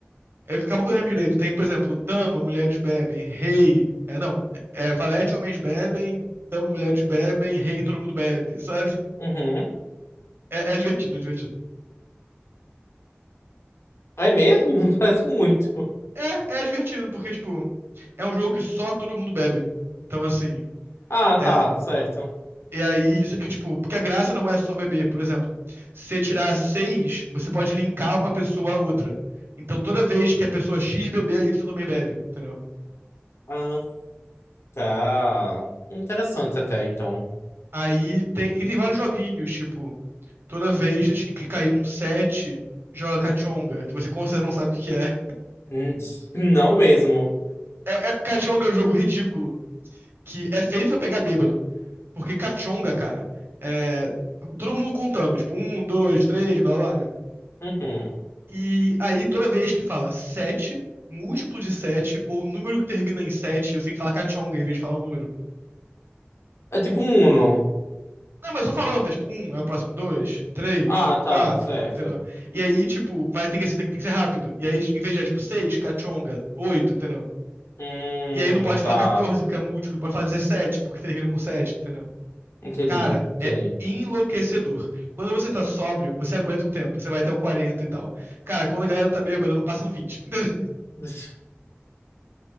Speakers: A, on the right; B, on the left.
A: É, Acabou que eu lembro direito. Tem, por exemplo, dama, mulheres bebem, rei. É, não. É, é, valete, homens bebem, dama, mulheres bebem, rei, todo mundo bebe, sabe?
B: Uhum.
A: É, é é divertido, é divertido.
B: É mesmo? <laughs> Parece muito.
A: É, é divertido, porque, tipo, é um jogo que só todo mundo bebe. Então, assim.
B: Ah,
A: É,
B: tá, certo.
A: e aí, isso aqui, tipo, porque a graça não é só beber, por exemplo. Se você tirar seis, você pode linkar uma pessoa a outra. Então, toda vez que a pessoa X beber, a Y também bebe, entendeu?
B: Ah, tá. Interessante até, então.
A: Aí tem. E tem vários joguinhos, tipo. Toda vez que cair um set joga Cachonga, que você com certeza não sabe o que que é.
B: Hum, Não mesmo.
A: é, é Cachonga é um jogo ridículo, que é feito pra pegar bêbado. Porque Cachonga, cara, é todo mundo contando, tipo, um, dois, três, blá blá, né?
B: Uhum.
A: E aí toda vez que fala 7, múltiplo de 7, ou número que termina em 7, você tem que falar Cachonga em vez de falar um número.
B: É tipo um Uno.
A: Não, mas só falando, mas, tipo, um é o próximo, dois, três,
B: Ah, tá,
A: quatro,
B: certo.
A: entendeu? E aí, tipo, vai ter que ser, tem que ser rápido. E aí, em vez de, é, tipo, seis, cachonga, oito, entendeu?
B: Hum,
A: E aí não pode falar
B: tá.
A: 14, porque é múltiplo, não pode falar 17 porque termina com 7, entendeu?
B: Entendi,
A: Cara,
B: entendi.
A: é enlouquecedor. Quando você tá sóbrio, você aguenta um tempo, você vai até o 40 e tal. Cara, quando a galera tá bêbada, não passa do vinte. entendeu? <laughs>
B: <laughs>